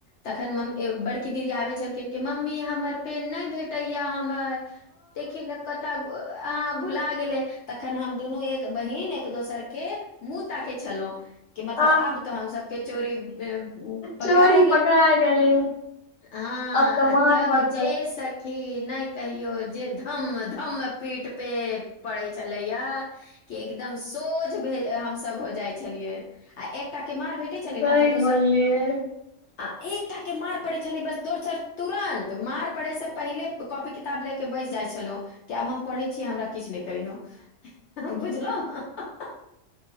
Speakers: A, on the left (about 65°); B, on the left (about 40°).
A: तखन मम बड़की दीदी आबै छलखिन कि मम्मी हमर पेड़ नहि भेटै य हमर देखि नऽ कतऽ अ भुला गेलै तखन हम दुनू एक बहिन एक दोसर के मुँह ताकेँ छलहुँ कि मतलब
B: आ,
A: आब तऽ हमसके चोरी पकड़ाय
B: चोरी
A: गेल
B: पकड़ा गेली
A: हँ
B: अब तऽ
A: आ
B: मार
A: तब
B: पड़तै
A: जे सखी नहि कहियो जे धम धम पीठ पे पड़ै छलै य की एकदम सोझ भे हमसब हो जाय छलियै आ एकटा केँ मार भे भेटे छले न
B: सही
A: तऽ दोसर
B: बोललियै
A: आ एकटा केँ मार पड़े छलै बस दोसर तुरंत मार पड़े से पहिले कॉपी किताब ले बैस जाइ छलहु कि आब हम पढ़ै छी हमरा किछ नहि करीहँ बुझलहु